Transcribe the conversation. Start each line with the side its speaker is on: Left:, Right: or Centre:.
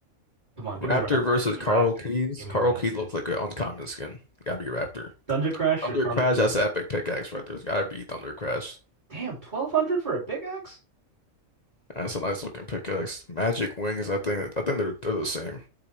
Right: Come on, give
Left: Raptor
Right: me Raptor.
Left: versus
Right: Give me
Left: Carl
Right: Raptor.
Left: Keys.
Right: Give me
Left: Carl
Right: Raptor.
Left: Keys looks like an uncommon skin. Gotta be Raptor.
Right: Thunder Crash
Left: Thunder
Right: or Carl
Left: Crash,
Right: Keys?
Left: that's an epic pickaxe right there. It's gotta be Thunder Crash.
Right: Damn, twelve hundred for a pickaxe?
Left: That's a nice looking pickaxe. Magic Wings, I think I think they're they're the same.